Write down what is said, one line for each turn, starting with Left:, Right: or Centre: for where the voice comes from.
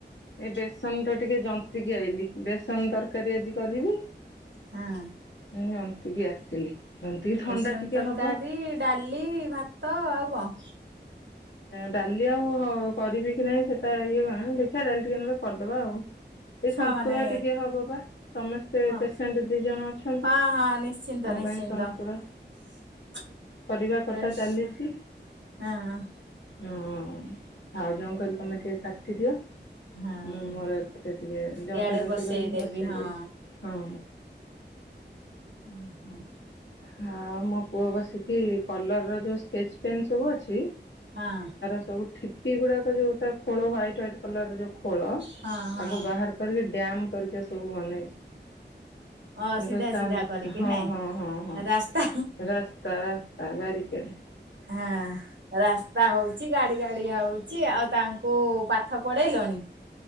Left: ଏ ବେସନ ଟା ଟିକେ ଯନ୍ତ ନ୍ତି କି ଆଇଲି ବେସନ ତରକାରୀ ଆଜି କରିବି।
Right: ହଁ।
Left: ଜନ୍ତି କି ଆସିଲି ଏମିତିକି ଥଣ୍ଡା
Right: ବେସନ
Left: ଟିକେ
Right: ତରକାରୀ
Left: ହବ।
Right: ଡାଲି ଭାତ ଆଉ କଣ?
Left: ଡାଲି ଆଉ କରିବି କି ନାହିଁ ସେଟା ଇଏ କଣ ଦେଖିବା ଡାଲି ଟିକେ ନେଲେ କରିଦବା ଆଉ। ଏ ସନ୍ତୁଳା
Right: ଛୁଆ ମାନେ
Left: ଟିକେ ହବ ବା ସମସ୍ତେ
Right: ହଁ
Left: ପେସେଣ୍ଟ ଦି ଜଣ ଅଛନ୍ତି।
Right: ହଁ ହଁ ନିଶ୍ଚିନ୍ତ
Left: ତାଙ୍କ
Right: ନିଶ୍ଚିନ୍ତ
Left: ପାଇଁ ସନ୍ତୁଳା।
Right: <inaudible>
Left: ପରିବା
Right: ବେଶ
Left: କଟା ଚାଲିଛି
Right: ହଁ।
Left: ହଁ ଭାଉଜ ଙ୍କୁ କହିଲି ତମେ ଟିକେ କାଟିଦିଅ।
Right: ହଁ
Left: ମୁଁ ମୋର ଏପଟେ ଟିକେ ଜନ୍ତା
Right: ଇଆଡେ
Left: ଜନ୍ତୀ
Right: ବସେଇ
Left: କରିକି
Right: ଦେବି
Left: ବସେଇ
Right: ହଁ।
Left: ଦେଇଛି ହଁ।
Right: ହୁଁ ହୁଁ
Left: ହଁ ମୋ ପୁଅ ବସିକି କଲର୍ର ଯେଉଁ ସ୍କେଚ ପେନ୍ ସବୁ ଅଛି
Right: ହଁ।
Left: ସବୁ ଠିପି ଗୁଡାକ ଯୋଉ ତା ଖୋଳ ହାଇଟ୍ ହାଇଟ୍ କଲର ଯୋଉ ଖୋଳ
Right: ହଁ ହଁ
Left: ତାକୁ ବାହାର ରୀକି ଡ୍ୟାାମ ପରିକ ସବୁ ବନେଇଛି।
Right: ଅ ସିଧା
Left: ର ଶ
Right: ସିଧା କରିକି
Left: ହଁ
Right: ନାଇଁ।
Left: ହଁ ହଁ ହଁ
Right: ରାସ୍ତା
Left: ରାସ୍ତା ରାସ୍ତା ବାରିକେଡ।
Right: ହଁ। ରାସ୍ତା ହଉଛି ଗାଡି ଗାଡି ହଉଛି ଆଉ ତାଙ୍କୁ ପାଠ ପଢେଇଲଣି?